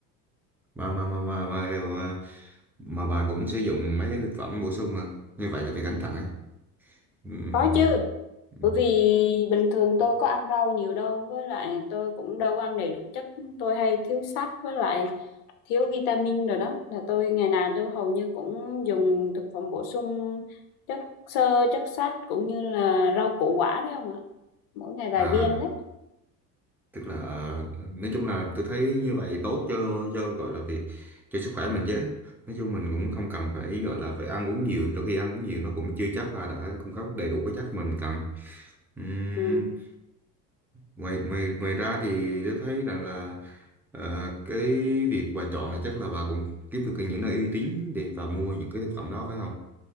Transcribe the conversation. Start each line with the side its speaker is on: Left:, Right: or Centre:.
Centre: mà, mà, mà, mà, mà, mà mà bà cũng sử dụng mấy cái thực phẩm bổ sung mà như vậy là phải cẩn thận ấy. Ừm,
Left: Có chứ,
Centre: ừm.
Left: bởi vì bình thường tôi có ăn rau nhiều đâu với lại tôi cũng đâu ăn đầy đủ chất tôi hay thiếu sắt với lại thiếu vitamin rồi đó là tôi ngày nào tôi hầu như cũng dùng thực phẩm bổ sung chất xơ chất sắt cũng như là rau củ quả đấy không ạ mỗi ngày vài
Centre: À,
Left: viên đấy
Centre: tức là ờ, nói chung là tôi thấy như vậy tốt cho cho gọi là việc cho sức khỏe mình chứ. Nói chung mình cũng không cần phải gọi là phải ăn uống nhiều, đôi khi ăn uống nhiều nó cũng chưa chắc là đã cung cấp đầy đủ cái chất mình cần. Ừm,
Left: ừ.
Centre: ngoài ngoài ngoài ra thì tôi thấy rằng là ờ, cái việc bà chọn là chắc là bà cũng kiếm được những nơi uy tín để bà mua những cái thực phẩm đó phải không?